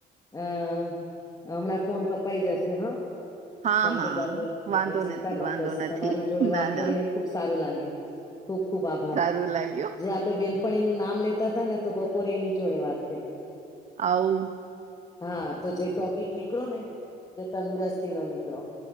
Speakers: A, on the left (about 20°); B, on the right (about 45°).
A: અ હમણાં ફોન કપાઈ જશે હા.
B: હા
A: જાતે
B: હા
A: જાતે
B: વાંધો
A: એટલે ચિંતા
B: નથી
A: ના
B: વાંધો
A: કરશો
B: નથી
A: તમારી જોડે
B: ના
A: વાત કરીને
B: ના
A: ખુબ સારું લાગ્યું. ખૂબ ખૂબ આભાર.
B: લાગ્યો?
A: જે આપડે બેનપણી નું નામ લેતા હતા ને તો બપોરે એની જોડે વાત થઈ.
B: આવું
A: હા તો જે ટોપ પીક નીકળો ને જે તંદુરસ્તી નો નીકળો